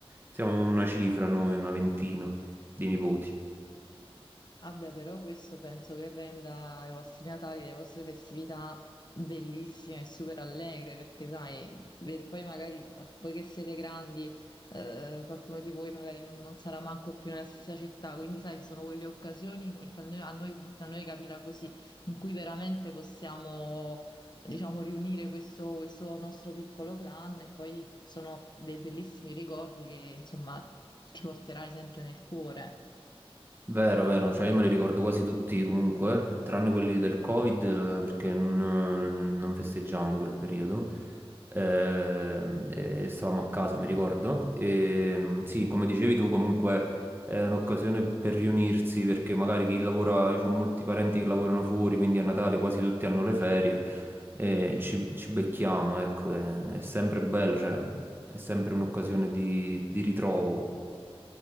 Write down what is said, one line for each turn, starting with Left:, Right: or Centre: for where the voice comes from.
Right: siamo una cifra noi, una ventina di nipoti.
Left: Vabbè, però questo penso che renda i vostri Natali, le vostre festività bellissime e super allegre, perché sai, ve- poi magari, poi che siete grandi, eh, qualcuno di voi magari non, non sarà manco più nella stessa città, quindi sai, sono quelle occasioni, perché a noi, a noi- a noi capita così, in cui veramente possiamo, diciamo, riunire questo, questo nostro piccolo clan e poi sono dei bellissimi ricordi che, insomma, ti porterai sempre nel cuore.
Right: Vero, vero, cioè io me li ricordo quasi tutti comunque, tranne quelli del Covid eh, perché non, non festeggiammo quel periodo. Ehm, e stavamo a casa, mi ricordo. E sì, come dicevi tu, comunque è un'occasione per riunirsi perché magari chi lavora, io ho molti parenti che lavorano fuori, quindi a Natale quasi tutti hanno le ferie e ci, ci becchiamo, ecco, è, è sempre bello, cioè è sempre un'occasione di, di ritrovo.